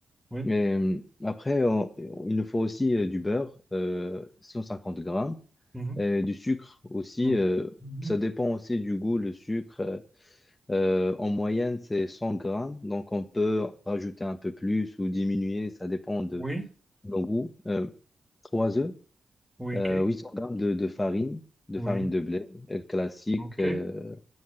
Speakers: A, in the centre; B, on the left (about 30°).
A: Oui.
B: Et hum, après, on- il nous faut aussi euh, du beurre, euh, 150 grammes,
A: Mhm.
B: et du sucre aussi.
A: Mhm.
B: euh,
A: Mhm.
B: ça dépend aussi du goût, le sucre. euh, euh, en moyenne, c'est 100 grammes. Donc, on peut rajouter un peu plus ou diminuer. Ça dépend de
A: Oui.
B: nos goûts. Euh, 3 œufs,
A: Oui.
B: euh,
A: OK.
B: 800 grammes de, de farine, de
A: Oui.
B: farine de blé euh, classique.
A: OK.
B: euh,